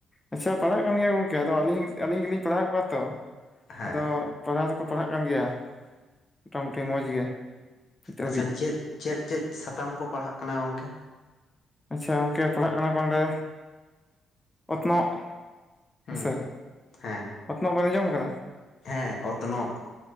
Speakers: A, on the left; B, on the left.
A: ᱟᱪᱪᱷᱟ ᱯᱟᱲᱦᱟᱜ ᱠᱟᱱ ᱜᱮᱭᱟ ᱜᱚᱝᱠᱮ ᱟᱫᱚ, ᱟᱹᱞᱤᱧ ᱟᱹᱞᱤᱧ ᱜᱮ ᱞᱤᱧ ᱯᱟᱲᱦᱟᱜ ᱠᱚᱣᱟ ᱛᱚ
B: ᱦᱮᱸ
A: ᱟᱫᱚ ᱯᱟᱲᱦᱟᱣ ᱫᱚ ᱠᱚ ᱯᱟᱲᱦᱟᱜ ᱠᱟᱱ ᱜᱮᱭᱟ ᱢᱳᱴᱟᱢᱩᱴᱤ ᱢᱚᱡᱽ ᱜᱮ ᱱᱤᱛᱚᱜ
B: ᱟᱪᱪᱷᱟ
A: ᱦᱟᱹᱵᱤᱡ
B: ᱪᱮᱫ, ᱪᱮᱫ, ᱪᱮᱫ ᱥᱟᱛᱟᱢ ᱠᱚ ᱯᱟᱲᱦᱟᱜ ᱠᱟᱱᱟ ᱜᱚᱝᱠᱮ
A: ᱟᱪᱪᱷᱟ ᱜᱚᱝᱠᱮ ᱯᱟᱲᱦᱟᱜ ᱠᱟᱱᱟ ᱠᱚ ᱚᱸᱰᱮ ᱚᱛᱱᱚᱜ
B: ᱦᱩᱸ
A: ᱦᱮᱸ ᱥᱮ
B: ᱦᱮᱸ
A: ᱚᱛᱱᱚᱜ ᱵᱮᱱ ᱟᱸᱡᱚᱢ ᱟᱠᱟᱫᱟ
B: ᱦᱮᱸ ᱚᱛᱱᱚᱜ